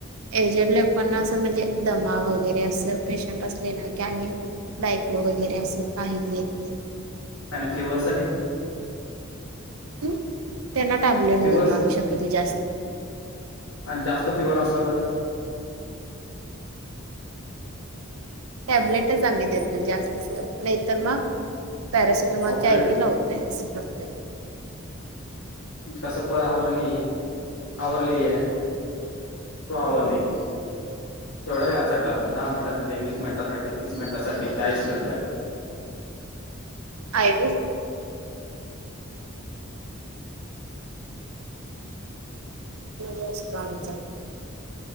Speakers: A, on the right (about 80°); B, on the left (about 80°).
A: एजेड लोकांना असं म्हणजे दमा वगैरे असं पेशंट असले ना की आम्ही. डायट लो वगैरे असं काहीच देत नाही.
B: आणि फिवर साठी?
A: नाही त्यांना टॅबलेट
B: फिवर्स
A: देतो आम्ही शक्यतो जास.
B: आनं जास्त फिवर असला तर.
A: टॅबलेटच आम्ही देतो जास्त नाहीतर मग पॅरासिटॅमॉल
B: ऑपरेट
A: ची आयडी लावत तोय असं करतोय.
B: कसं पर हावरली आवरली आहे टू आवरली आहे केवढ्या वेळासाठी लावतात दहा मिनिटासाठी वीस मिनिटासाठी तीस मिनिटासाठी चाळीस मिनिट
A: <unintelligible> आय व्ही असतो आमचा.